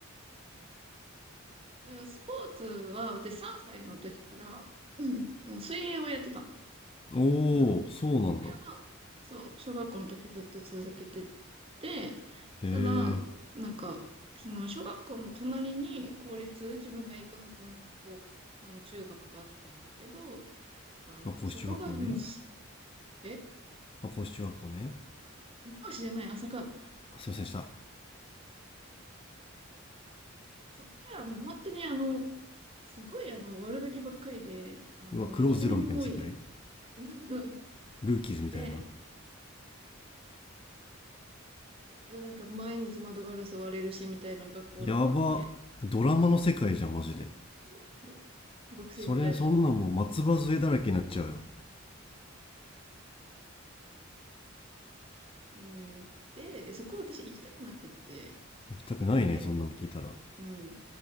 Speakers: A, on the right (about 25°); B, on the left (about 25°).
A: だからスポーツは、私3歳の時から、うん、あの水泳をやってた。
B: おおーそうなんだ
A: まあ、それが、そう、小学校の時ずっと続けてて、
B: へえ
A: ただ、なんか、その小学校の隣に公立、自分が行くはずの高、あの中学があったんだけど、あの、
B: まあ高中学校ね
A: そこがもうす、え、
B: まあ高中学校ね
A: ご教師じゃない、朝か。
B: あすいませんでした
A: そこならもう本当にあの、すごいあの、悪ガキばっかりで、あの、
B: うわクローズゼロみたいな世界
A: いじめも多い。<laughs>
B: ルーキーズみたいな
A: で、なんか毎日窓ガラス割れるしみたいな学校だったのね。
B: やばドラマの世界じゃんマジで
A: す学生みたいな。
B: それそんなもう松葉杖だらけになっちゃうよ
A: うん、で、で、そこ私行きたくなくって、
B: 行きたくないねそんなの聞いたら
A: ね、うん。